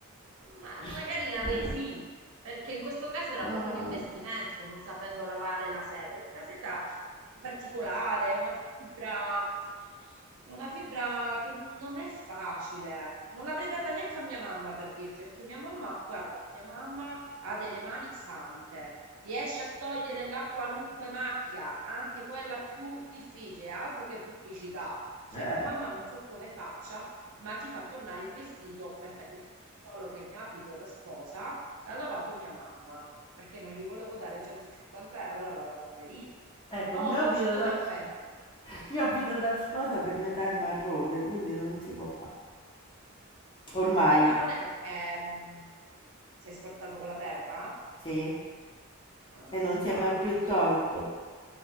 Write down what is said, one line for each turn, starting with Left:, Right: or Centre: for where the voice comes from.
Right: Ma
Left: <laughs>
Right: magari l'avrei sì, perché in questo caso era
Left: Ah,
Right: proprio un investimento, non sapendo lavare la seta, perché la seta è particolare, è una fibra, è una fibra che non è facile. Non l'avrei data neanche a mia mamma per dirti, perché mia mamma, guarda, mia mamma ha delle mani sante. Riesce a togliere la qualunque macchia, anche quella più difficile, altro che pubblicità. Cioè,
Left: eh,
Right: mia mamma non so come faccia, ma ti fa tornare il vestito perfetto. Ti dico solo che il mio abito da sposa l'ha lavato mia mamma, perché non gli volevo dare 150 euro alla lavanderia.
Left: ecco,
Right: Oh,
Left: il mio
Right: ma
Left: abito
Right: è uscito
Left: da,
Right: perfetto.
Left: il mio abito da sposa per metà è marrone, quindi non si può fare. Ormai,
Right: Per metà è marrone perché mh, si è sporcato con la terra?
Left: sì,
Right: Ah,
Left: e non si
Right: no,
Left: è mai
Right: anche
Left: più
Right: il mio.
Left: tolto.